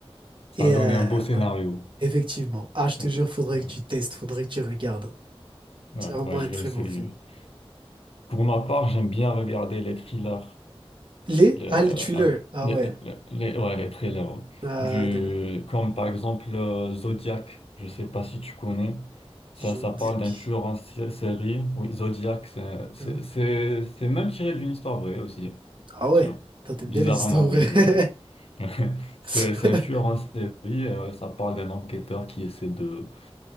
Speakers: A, on the left; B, on the right.
A: ça
B: Et
A: a donné
B: euh,
A: un beau scénario.
B: voilà, effectivement. Ah, je te
A: Ouais,
B: jure, faudrait
A: ouais,
B: que tu testes, faudrait que tu regardes.
A: ouais,
B: C'est vraiment
A: ouais,
B: un
A: je
B: très
A: vais essayer.
B: bon film.
A: Pour ma part, j'aime bien regarder les thrillers.
B: Les?
A: Le-
B: Ah, le thriller.
A: un-
B: Ah
A: les,
B: ouais.
A: les- ouais, les trailers. ouais.
B: Ah,
A: Du,
B: d'accord.
A: comme par exemple euh, Zodiac, je sais pas si tu connais. Ça,
B: Zodiac.
A: ça parle d'un tueur en sé- série. Oui, Zodiac, c'est c'est-
B: Hein
A: c'est- c'est même tiré d'une histoire vraie aussi.
B: Ah ouais.
A: Tiens,
B: Toi, t'aimes
A: bizarrement,
B: bien les histoires vraies.
A: oui, oui, oui. <laughs> C'est
B: <laughs>
A: c'est un tueur en série. euh, ça parle d'un enquêteur qui essaie de,